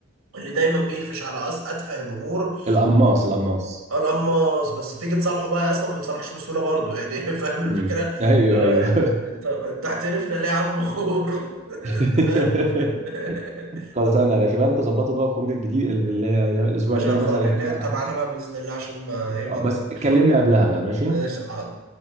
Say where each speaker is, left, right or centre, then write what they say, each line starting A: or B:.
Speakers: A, on the right; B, on the right.
A: اللي دايما بيقفش على أس أتفه الأمور
B: القماص القماص
A: والقماص بس تيجي تصالحه بقى أصلا ما بتصالحش بسهولة برضه يعني <laughs> فاهم الفكرة؟
B: امم ايوه
A: لا
B: ايوه
A: انت انت هتقرفنا ليه يا عم خور <laughs>
B: <laughs>
A: انت فاهم <laughs>
B: خلاص انا يا باشا بقى انت ظبطه بقى خروجك الجديد ال- ال- الاسبوع
A: يا باشا
B: الجاي
A: الخراجه
B: مثلا
A: الجايه
B: كده ولا
A: انت معانا
B: حاجه
A: بقى باذن الله عشان ما ايه
B: آه،
A: ما اضربكش
B: بس كلمني
A: بقى
B: قبلها بقى ماشي
A: ماشي حاضر